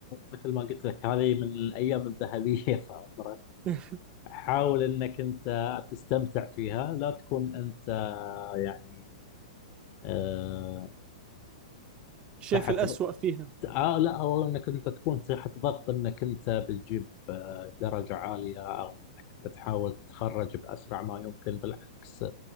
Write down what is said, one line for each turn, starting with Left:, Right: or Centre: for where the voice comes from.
Left: مثل ما قلت لك هذه من الايام الذهبيه <laughs> في عمرك
Right: <laughs>
Left: حاول انك انت تستمتع فيها لا تكون انت يعني آه،
Right: شايف
Left: تحت
Right: الأسوأ
Left: ض-
Right: فيها
Left: آه لا او انك انت تكون تحت ضغط انك انت بتجيب آه، درجه عاليه او انك انت تحاول تتخرج باسرع ما يمكن بالعكس